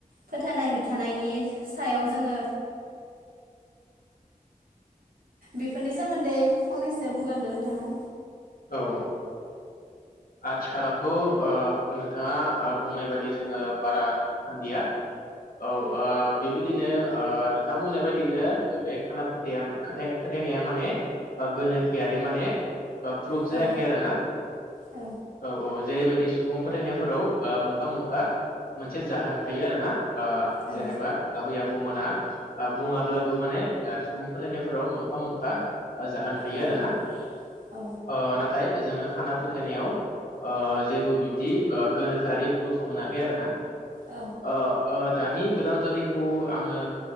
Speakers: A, on the right; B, on the left.
A: फोथायनाय होबथानायनि सायाव जोङो बेफोरनि सोमोन्दै फंनैसो बुंलांदों नोंथाङा।
B: औ ओ आथिखालावथ' ओ नोंथाङा ओ बुंनाय बायदि जोङो बारा थान्दिया औ ओ बे बिदिनो ओ नोंथाङा बुंनाय बायदिनो ओ बे खाना फोथाया फोथायनाया माने गोनोखोयारि माने ओ प्रुफ
A: औ
B: जायाखै आरो ना।
A: औ
B: औ औ। जेरैबायदि सुबुं फोथायनायफोराव ओ मोनफा मोनफा मोनसे जाहोन थायो आरोना ओ
A: औ
B: जेनेबा आबै आबौ बौ मोना ओ बुङाब्लाबो माने ओ सुबुं फोथायनायफोराव मोनफा मोनफा ओ जाहोन थायो
A: औ
B: आरोना
A: औ
B: ओ फ्राय जोङो खाना फो फोथायनायाव ओ जेबो बिब्दि ओ गोनोखोआरि प्रुफ मोनाखै आरोना
A: औ
B: अ ओ दानि गोदान जोलैखौ आङो